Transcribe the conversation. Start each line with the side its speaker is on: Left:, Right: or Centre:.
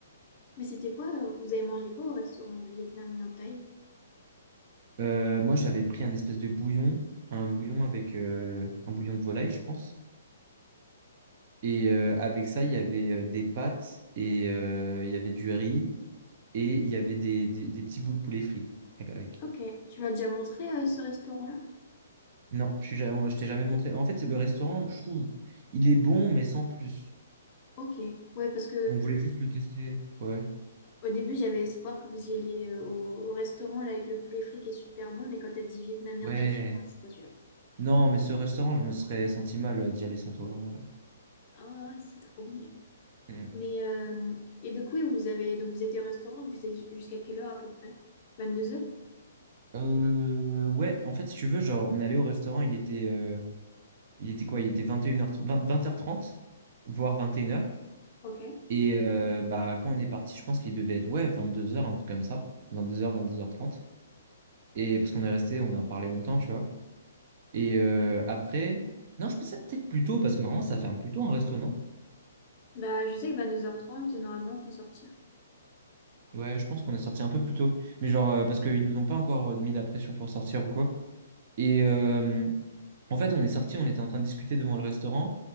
Left: Mais c'était quoi? euh, Vous avez mangé quoi au restaurant vietnamien Thaï?
Right: Euh, moi, j'avais pris un espèce de bouillon, un bouillon avec euh, un bouillon de volaille, je pense. Et euh, avec ça, il y avait euh, des pâtes et euh, il y avait du riz et il y avait des, des, des petits bouts de poulet frit avec. avec.
Left: Ok, tu m'as déjà montré euh, ce restaurant-là?
Right: Non, je suis ja- je t'ai jamais montré. En fait, le restaurant, je trouve, il est bon, mais sans plus.
Left: Ok, ouais, parce que
Right: On voulait juste le tester. Ouais.
Left: au début j'avais espoir que vous y alliez euh, au, au restaurant là, avec le poulet frit qui est super bon, mais quand t'as dit vietnamien
Right: Ouais.
Left: Thaï, je suis ah, c'est pas celui-là.
Right: Non, mais ce restaurant, je me serais senti mal euh, d'y aller sans toi. en vrai.
Left: Ah, c'est trop mignon.
Right: Mm.
Left: Mais euh, et donc oui, vous avez donc vous étiez au restaurant, vous êtes jusqu'à quelle heure à peu près? 22h?
Right: Euh, ouais, en fait, si tu veux, genre, on allait au restaurant, il était, euh, il était quoi? Il était 21h30, 20h30, voire 21h.
Left: Ok.
Right: Et une heures. Et euh, bah, quand on est parti, je pense qu'il devait être, ouais, 22h, un truc comme ça. 22h, 22h30. Et parce qu'on est resté, on a parlé longtemps, tu vois. Et euh, après, non, je pensais peut-être plus tôt, parce que normalement, ça ferme plus tôt un resto, non?
Left: Bah je sais que 22h30, normalement, faut sortir.
Right: Ouais, je pense qu'on est sorti un peu plus tôt. Mais genre, euh, parce qu'ils nous ont pas encore euh, mis la pression pour sortir ou quoi. Et euh, en fait, on est sorti, on était en train de discuter devant le restaurant.